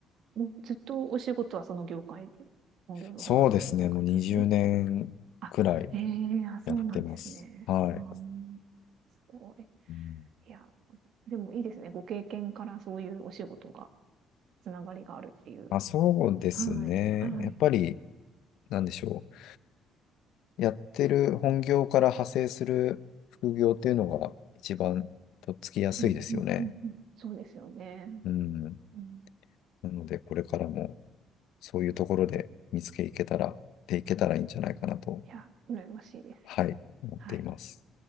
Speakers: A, on the right (about 60°); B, on the left (about 75°).
A: もうずっとお仕事はその業界で、本業の方はそちらの業界なんですね。
B: そうですね、もう20年くらい
A: あ、ええあ、そうなんですね。
B: やってます。はい。
A: あー、すごい。
B: うん、
A: いや、でもいいですね。ご経験からそういうお仕事が、つながりがあるっていう。
B: あ、そうですね。
A: はい、はい。
B: やっぱり、なんでしょう。やってる本業から派生する副業っていうのが一番とっつきやすいですよね。
A: うん、うん、うん、うん。そうですよね。
B: うん。
A: うん、
B: なので、これからもそういうところで見つけいけたら、でいけたらいいんじゃないかなと、
A: いや、羨ましいです。
B: はい、思っています。
A: はい。